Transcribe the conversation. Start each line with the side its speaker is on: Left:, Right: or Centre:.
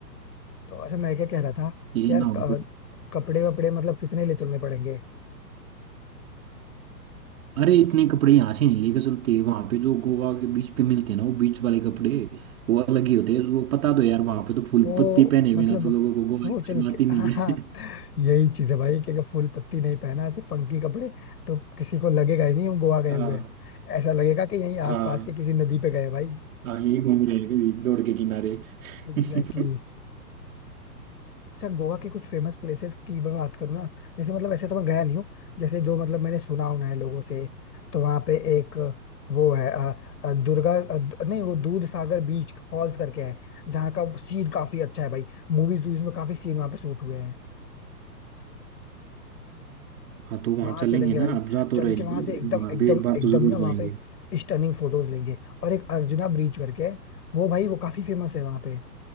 Left: तो अच्छा मैं क्या कह रहा था
Right: ये
Left: कि यार
Right: ना हो
Left: क- कपड़े वपड़े मतलब कितने ले चलने पड़ेंगे
Right: अरे इतने कपड़े यहाँ से नहीं लेके चलते वहां पे जो गोवा के बीच पे मिलते हैं ना वो बीच वाले कपड़े वो अलग ही होते हैं वो पता तो यार वहां पे तो फुल
Left: वो
Right: पत्ती पहने
Left: मतलब
Right: बिना तो लोगों को गोवा
Left: वो
Right: की कोई
Left: चल
Right: बात
Left: के
Right: ही नहीं
Left: हाँ
Right: है
Left: हाँ यही चीज है भाई कि अगर फूल पत्ती नहीं पहना ऐसे फंकी कपड़े तो किसी को लगेगा ही नहीं हम गोवा गए
Right: <laughs>
Left: हुए
Right: हाँ
Left: हैं ऐसा लगेगा कि यहीं
Right: हाँ
Left: आसपास के किसी नदी पे गए भाई
Right: हाँ यही घूम रहे हैं कभी जोड़ के किनारे
Left: एग्जैक्टली
Right: <laughs>
Left: अच्छा गोवा के कुछ फेमस प्लेसेस की मैं बात करूँ ना जैसे मतलब ऐसे तो मैं गया नहीं हूँ जैसे जो मतलब मैंने सुना होना है लोगों से तो वहाँ पे एक वो है अ, अ, दुर्गा अ, दु- नहीं वो दूध सागर बीच फॉल्स करके है जहाँ का सीन काफी अच्छा है भाई मूवीज वूवीज में काफी सीन वहाँ पे शूट हुए हैं
Right: हाँ तो वहाँ
Left: वहाँ
Right: चलेंगे
Left: चलेंगे
Right: ना
Left: भाई
Right: अब जा तो
Left: चल
Right: रहे
Left: के
Right: हैं
Left: वहाँ
Right: ना,
Left: से एकदम
Right: वहाँ
Left: एकदम
Right: भी एक बार
Left: एकदम
Right: तो जरूर
Left: ना वहाँ
Right: जाएंगे
Left: पे स्टनिंग फोटोज लेंगे और एक अर्जुना ब्रिज करके है वो भाई वो काफी फेमस है वहाँ पे